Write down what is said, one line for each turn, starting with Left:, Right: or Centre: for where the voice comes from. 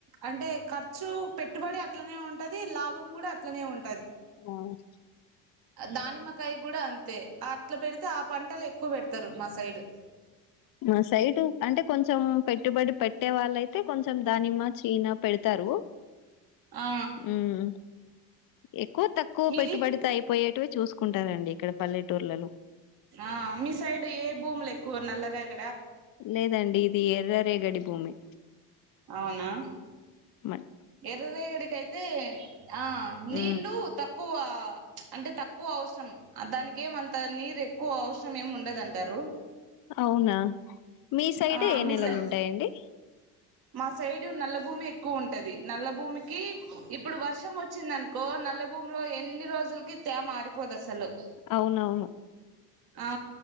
Right: అంటే ఖర్చు పెట్టుబడి అట్లనే ఉంటది, లాభం కూడా అట్లనే ఉం
Left: అవును
Right: దానిమ్మకాయ కూడా అంతే అట్లా పెడితే ఆ పంటలు ఎక్కువ పెడతారు మా సైడ్
Left: మా సైడ్ అంటే కొంచెం పెట్టుబడి పెట్టే వాళ్ళయితే కొంచెం దానిమ్మ, చీనా పెడతా రూ
Right: ఆ
Left: మ్మ్ ఎక్కువ, తక్కువ
Right: మీది
Left: పెట్టుబడితో అయిపోయేటివి చూసు కుంటారండి ఇక్కడ పల్లెటూర్లలో
Right: ఆ మీ సైడు ఏ భూములు ఎక్కువ నల్లరేగ
Left: లేదండి ఇది ఎర్ర రేగడి భూమి
Right: అవునా
Left: మరి
Right: ఎర్రరేగడికైతే ఆ నీళ్లు
Left: ఉమ్
Right: తక్కువ అంటే తక్ క్కువ అవసం దానికి ఏమంత నీరు ఎక్కువ అవసరం ఏమి ఉండదంటారు
Left: అవునా మీ సైడ్
Right: ఆ
Left: ఏ
Right: మీ
Left: నేలలు
Right: సై
Left: ఉంటాయండి
Right: మా సైడ్ నల్లభూమి ఎక్కువ ఉంటది. నల్ల భూమికి ఇప్పుడు వర్షం వచ్చిందనుకో నల్ల భూమిలో ఎన్ని రోజులకి తేమ ఆరిపోదు అసలు
Left: అవునవును
Right: ఆ